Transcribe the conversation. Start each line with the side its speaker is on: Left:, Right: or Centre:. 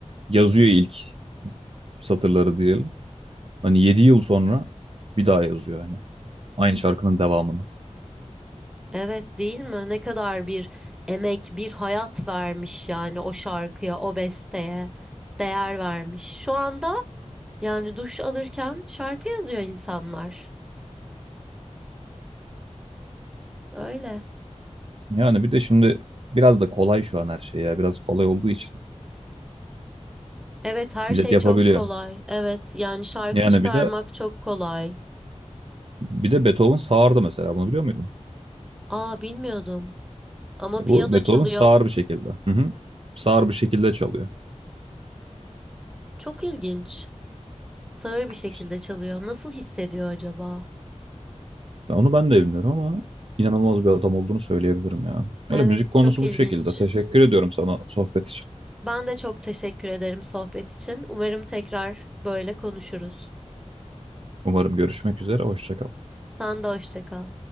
Right: yazıyor ilk satırları diyelim. Hani 7 yıl sonra bir daha yazıyor hani. Aynı şarkının devamını.
Centre: Evet değil mi? Ne kadar bir emek, bir hayat vermiş yani o şarkıya, o besteye değer vermiş. Şu anda Yani duş alırken şarkı yazıyor insanlar. Öyle.
Right: Yani bir de şimdi biraz da kolay şu an her şey ya. Biraz kolay olduğu için
Centre: Evet her
Right: millet
Centre: şey
Right: yapabiliyor.
Centre: çok kolay. Evet yani şarkı
Right: Yani
Centre: çıkarmak
Right: bir de
Centre: çok kolay.
Right: bir de Beethoven sağırdı mesela. Bunu biliyor muydun?
Centre: Aa bilmiyordum. Ama
Right: E,
Centre: piyano
Right: Bu Beethoven
Centre: çalıyor.
Right: sağır bir şekilde. Hı hı. Sağır bir şekilde çalıyor.
Centre: Çok ilginç. Sağır bir şekilde
Right: İşte
Centre: çalıyor. Nasıl hissediyor acaba?
Right: ben- onu ben de bilmiyorum ama inanılmaz bir adam olduğunu söyleyebilirim ya.
Centre: Evet
Right: Öyle müzik konusu
Centre: çok ilginç.
Right: bu şekilde. Teşekkür ediyorum sana sohbet için.
Centre: Ben de çok teşekkür ederim sohbet için. Umarım tekrar böyle konuşuruz.
Right: Umarım görüşmek üzere. Hoşça kal.
Centre: Sen de hoşça kal.